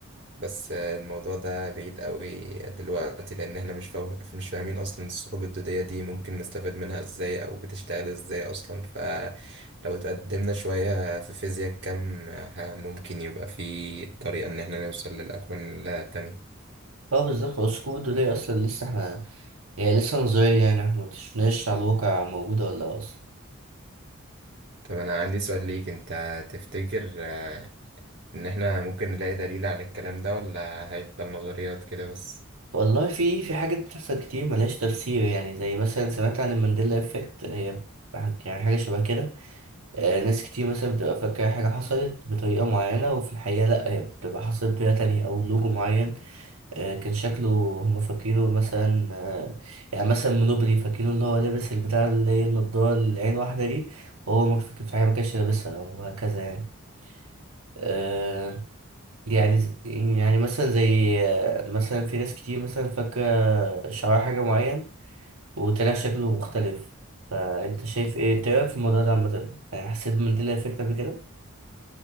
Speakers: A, on the right; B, on the right.
A: بس آه، الموضوع ده بعيد قوي دلوقتي لأن احنا مش فاهم مش فاهمين أصلا الثقوب الدودية دي ممكن نستفاد منها ازاي أو بتشتغل ازاي أصلا فلو اتقدمنا شوية في فيزياء كم ممكن يبقى في طريقة إن احنا نوصل للأكوان التانية.
B: اه بالظبط اسكودو دي اصلا لسه احنا هي لسه نظرية يعني احنا مكتشفناش على الواقع موجودة ولا لأ اصلا
A: طب أنا عندي سؤال ليك أنت تفتكر آه، إن إحنا ممكن نلاقي دليل على الكلام ده ولا هيفضل نظريات كده بس؟
B: والله في في حاجات بتحصل كتير ملهاش تفسير يعني زي مثلا سمعت عن المانديلا افكت هي حاجة- يعني حاجة شبه كده آه، ناس كتير مثلا بتبقى فاكرة حاجة حصلت بطريقة معينة وفي الحقيقة لأ هي بتبقى حصلت بطريقة تانية أو لوجو معين آه، كان شكله هم فاكرينه مثلا آه، يعني مثلا منوبري فاكرينه اللي هو لابس البتاع اللي هي النضارة اللي عين واحدة دي وهو ما كان في حاجة ما كانش لابسها أو هكذا يعني آه، يعني ز- يعني مثلا زي آه، مثلا في ناس كتير مثلا فاكرة شعار حاجة معين وطلع شكله مختلف فأنت شايف إيه إنت إيه رأيك في الموضوع ده عامة؟ يعني حسيت بمانديلا إفكت قبل كده؟